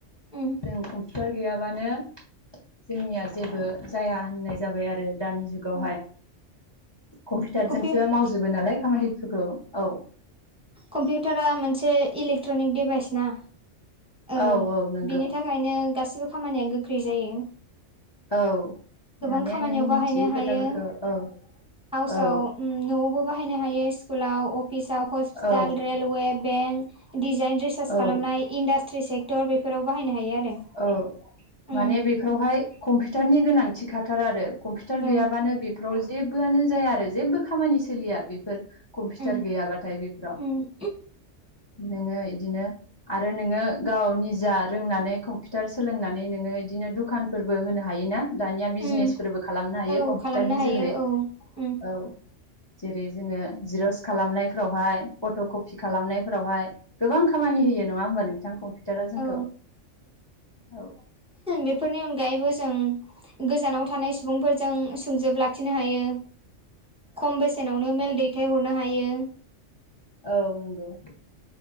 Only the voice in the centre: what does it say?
उम
उम
कम्पिउ
कम्पिउटारा मोनसे इलेक्ट्रनिक डिभाइस ना? ओं
बिनि थाखायनो गासिबो खामानिया गोख्रै जायो।
गोबां
खामानियाव
बाहायनो
हायो
हाउसाव
न'आवबो बाहायनो हायो स्कुलाव अफिसाव hospital
railway bank design research
खालामनाय इणडास्ट्रि सेक्टर बेफोराव बाहायनो हायो आरो
उम
औ
उम
उम
उम
औ
खालामनो हायो
उम
उम
औ
बेफोरनि अनगायैबो जों गोजानाव थानाय सुबुंफोरजों सोंजोब लाखि नो हायो खम बेसेनावनो मेल दैथायहरनो हायो।